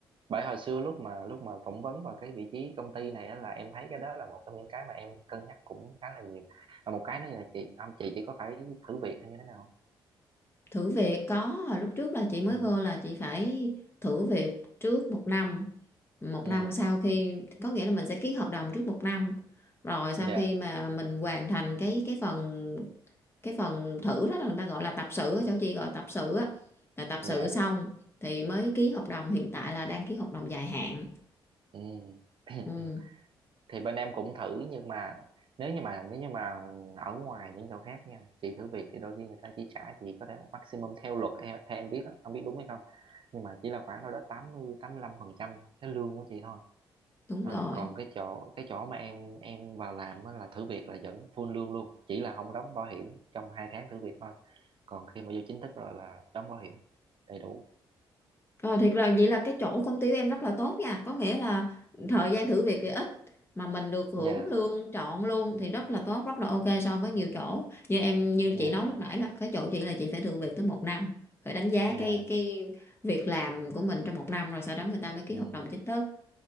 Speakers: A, on the right; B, on the left.
A: bởi hồi xưa lúc mà lúc mà phỏng vấn vào cái vị trí công ty này á là em thấy cái đó là một trong những cái mà em cân nhắc cũng khá là nhiều và một cái nữa là chị ông chị chỉ có phải thử việc hay như thế nào không?
B: thử việc có hồi lúc trước là chị mới
A: ừ
B: vô là chị phải thử việc trước một năm một
A: ừ
B: năm sau khi có nghĩa là mình sẽ ký hợp đồng trước một năm rồi sau
A: dạ
B: khi mà mình hoàn thành cái cái phần cái phần thử đó là người ta gọi là tập sự ở chỗ chị gọi tập sự á là tập sự
A: dạ
B: xong thì mới ký hợp đồng hiện tại là đang ký hợp đồng dài hạn
A: ừ <clears throat> <coughs>
B: ừ
A: thì bên em cũng thử nhưng mà nếu như mà nếu như mà ở ngoài những chỗ khác nha chị thử việc thì đôi khi người ta chỉ trả chị có thể là maximum theo luật theo, theo em biết đó, không biết đúng hay không nhưng mà chỉ là khoảng đâu đó tám tám mươi tám mươi lăm phần trăm cái lương của chị thôi
B: đúng
A: à,
B: rồi
A: còn cái chỗ cái chỗ mà em em vào làm á là thử việc là vẫn full lương luôn chỉ là không đóng bảo hiểm trong hai tháng thử việc thôi còn khi mà vô chính thức rồi là đóng bảo hiểm đầy đủ
B: Ờ, thiệt là vậy là cái chỗ công ty của em rất là tốt nha có nghĩa là thời gian thử việc thì ít mà mình được hưởng
A: dạ
B: lương trọn luôn thì rất là tốt rất là ok so với nhiều chỗ như em như
A: dạ
B: chị nói lúc nãy là cái chỗ chị là chị phải thử việc tới một năm phải đánh giá
A: dạ
B: cái cái việc làm của mình trong một năm rồi sau đó người ta mới ký
A: ừ,
B: hợp đồng chính thức